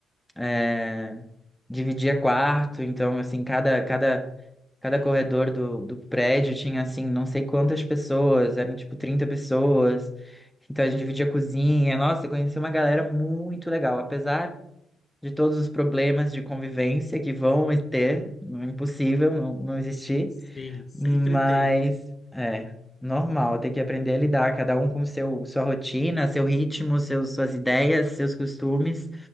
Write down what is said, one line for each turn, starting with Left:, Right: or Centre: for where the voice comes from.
Centre: É, dividia quarto, então assim, cada, cada, cada corredor do, do prédio tinha assim, não sei quantas pessoas, eram tipo 30 pessoas. Então a gente dividia cozinha. Nossa, eu conheci uma galera muito legal, apesar de todos os problemas de convivência que vão ter, não é impossível não, não existir,
Left: Sim, sempre
Centre: mas
Left: tem.
Centre: é normal, tem que aprender a lidar, cada um com seu, sua rotina, seu ritmo, seus, suas ideias, seus costumes,